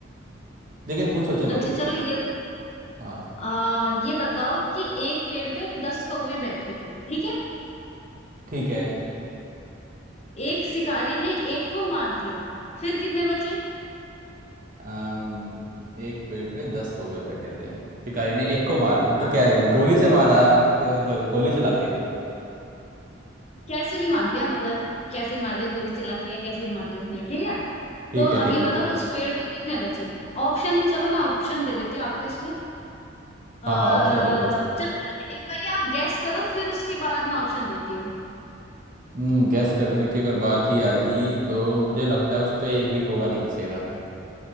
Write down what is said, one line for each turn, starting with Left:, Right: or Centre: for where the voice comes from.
Right: लेकिन पूछो चलो
Left: अच्छा चलो ये
Right: हाँ
Left: आ, ये बताओ कि एक पेड़ पे दस कौवे बैठे थे ठीक है
Right: ठीक है
Left: एक शिकारी ने एक को मार दिया फिर कितने बचे
Right: अम, एक पेड़ पे दस कौवे बैठे थे शिकारी ने एक को मार मतलब
Left: हाँ
Right: क्या है, गोली से मारा कि मतलब गोली चला के
Left: कैसे भी मार दिया मतलब कैसे भी मार दिया गोली चला के या कैसे भी मार दिया उसने ठीक है
Right: ठीक
Left: तो
Right: है ठीक
Left: अब ये
Right: है
Left: बताओ उस पेड़ पे कितने बचे ऑप्शन चलो मैं ऑप्शन दे देती हूँ आपको इसमें आ,
Right: हाँ
Left: चलो
Right: हाँ ऑप्शन दे दो
Left: पहले एक बार आप गैस करो फिर उसके बाद में ऑप्शन देती हूँ
Right: हम्म गैस करने की अगर बात ही आती तो मुझे लगता है उस पे एक भी कौवा नहीं बचेगा